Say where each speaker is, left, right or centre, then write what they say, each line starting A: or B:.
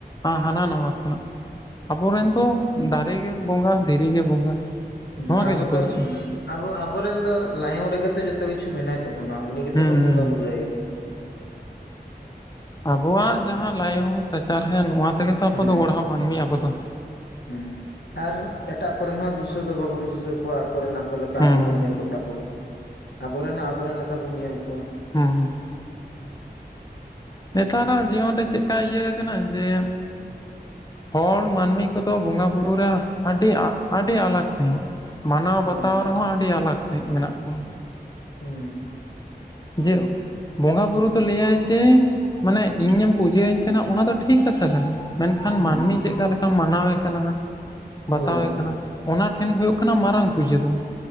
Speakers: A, on the left (about 25°); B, on the left (about 85°).
A: ᱦᱟᱱᱟ ᱱᱟᱣᱟ ᱠᱷᱚᱱᱟᱜ ᱟᱵᱚᱨᱮᱱ ᱫᱚ ᱫᱟᱨᱮ ᱜᱮ ᱵᱚᱸᱜᱟ ᱫᱷᱤᱨᱤ ᱜᱮ ᱵᱚᱸᱜᱟ
B: ᱦᱩᱸ
A: ᱱᱚᱣᱟ
B: ᱟᱵᱚ
A: ᱜᱮ ᱡᱚᱛᱚ
B: ᱫᱚ
A: ᱠᱤᱪᱷᱩ
B: ᱟᱵᱚ ᱟᱵᱚᱨᱮᱱ ᱫᱚ ᱞᱟᱭᱚᱝ ᱨᱮᱜᱮ ᱛᱚ ᱡᱚᱛᱚ ᱠᱤᱪᱷᱩ ᱢᱮᱱᱟᱭ ᱛᱟᱵᱚᱱᱟ ᱩᱱᱤ ᱜᱮᱛᱚ
A: ᱦᱩᱸ
B: ᱵᱚᱱ ᱵᱚᱸᱜᱟ
A: ᱦᱩᱸ
B: ᱵᱩᱨᱩᱭ ᱟᱭ ᱠᱟᱱᱟ᱾
A: ᱟᱵᱚᱣᱟᱜ ᱡᱟᱦᱟᱸ ᱞᱟᱭᱚᱝ ᱥᱟᱪᱟᱨᱦᱮᱫ ᱱᱚᱣᱟ ᱛᱮᱜᱮ ᱛᱚ ᱟᱵᱚ
B: ᱦᱮᱸ
A: ᱜᱚᱲᱦᱟᱣ ᱢᱟᱹᱱᱢᱤ ᱟᱵᱚ ᱫᱚ
B: ᱦᱮᱸ ᱟᱨ ᱮᱴᱟᱜ ᱠᱚᱨᱮᱱ ᱦᱚᱸ ᱫᱩᱥᱟᱹ ᱫᱚ ᱵᱟᱵᱚᱱ ᱫᱩᱥᱟᱹ ᱠᱚᱣᱟ ᱟᱠᱚᱨ ᱱᱟᱜ ᱟᱠᱚ ᱞᱮᱠᱟ
A: ᱦᱩᱸ
B: ᱟᱠᱚ ᱠᱚ ᱧᱮᱞ ᱠᱚᱛᱟ ᱠᱚᱣᱟ, ᱟᱵᱚᱨᱮᱱ ᱟᱵᱚᱨᱮᱱ ᱞᱮᱠᱟ ᱵᱚᱱ ᱧᱮᱞ ᱠᱚᱣᱟ᱾
A: ᱦᱮᱸ ᱦᱩᱸ ᱱᱮᱛᱟᱨᱟᱜ ᱡᱤᱭᱚᱱ ᱨᱮ ᱪᱮᱫᱠᱟ ᱤᱭᱟᱹ ᱠᱟᱱᱟ ᱡᱮ ᱦᱚᱲ ᱢᱟᱹᱱᱢᱤ ᱠᱚᱫᱚ ᱵᱚᱸᱜᱟ ᱵᱩᱨᱩ ᱨᱮ ᱟᱹᱰᱤ ᱟᱹᱰᱤ ᱟᱞᱟᱜᱠᱽ ᱥᱟᱹᱦᱤᱡ ᱢᱟᱱᱟᱣ
B: ᱦᱮᱸ
A: ᱵᱟᱛᱟᱣ ᱨᱮᱦᱚᱸ ᱟᱹᱰᱤ ᱟᱞᱟᱠ ᱥᱟᱺᱦᱤᱡ ᱢᱮᱱᱟᱜ ᱠᱚᱣᱟ᱾
B: ᱦᱮᱸ
A: ᱡᱮ ᱵᱚᱸᱜᱟ ᱵᱩᱨᱩ ᱫᱚ ᱞᱟᱹᱭ ᱟᱭ ᱡᱮ ᱢᱟᱱᱮ ᱤᱧᱮᱢ ᱯᱩᱡᱟᱹᱭᱟᱹᱧ ᱠᱟᱱᱟ ᱚᱱᱟ ᱫᱚ ᱴᱷᱤᱠ ᱠᱟᱛᱷᱟ ᱠᱟᱱ ᱜᱮᱭᱟ ᱢᱮᱱᱠᱷᱟᱱ
B: ᱦᱮᱸ
A: ᱢᱟᱹᱱᱢᱤ ᱪᱮᱫᱠᱟ ᱞᱮᱠᱟᱢ ᱢᱟᱱᱟᱣᱮ ᱠᱟᱱᱟ ᱵᱟᱛᱟᱣᱮ
B: ᱦᱳᱭ
A: ᱠᱟᱱᱟ ᱚᱱᱟ ᱴᱷᱮᱱ ᱦᱩᱭᱩᱜ ᱠᱟᱱᱟ ᱢᱟᱨᱟᱝ ᱯᱩᱡᱟᱹ ᱫᱚ,